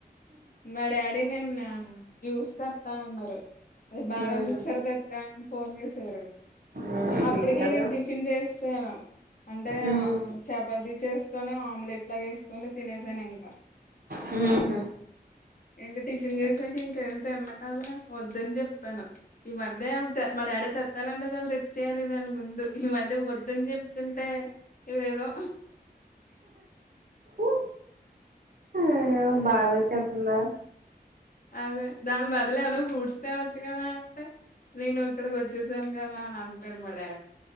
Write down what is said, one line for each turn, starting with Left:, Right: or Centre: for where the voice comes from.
Left: మా డాడీ నేన్ జ్యూస్ తేత్తాన్నారు బాదం
Right: ఉమ్
Left: మిక్సర్తే తేత్తా ఏం చేసారు
Right: ఉమ్
Left: అప్పటికే
Right: స్వీట్ కదా
Left: నేను టిఫిన్ చేసాను అంటే
Right: ఉమ్
Left: చపాతి చేసుకొని ఆమ్లెట్ లాగా ఏసుకొని తినేసాను ఇంకా
Right: హ్మ్మ్
Left: ఏంటి టిచిన్ చేసాక ఇంకేంత ఎన్న కాదా వద్దని చెప్పాను ఈ మధ్య అంతే మా డాడీ తేత్తానంటే చాలు తెచ్చే అనేదిని ముందు ఈ మధ్య వద్దని చెప్పి తంటే ఇవేదో
Right: ఉహు అయ్యో బాధిచేత్తందా
Left: అదే దాని బదులేమన్నా ఫ్రూట్స్ వచ్చ కదా అంటే నేను ఇక్కడికి వచ్చేసాను కదా అని అంటాను మ డా